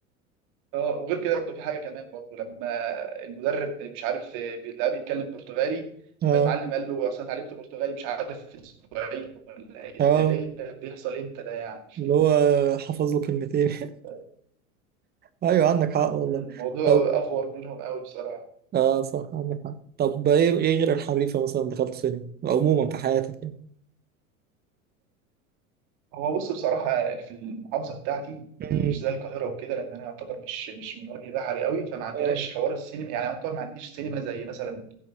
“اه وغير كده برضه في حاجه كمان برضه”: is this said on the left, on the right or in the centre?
Right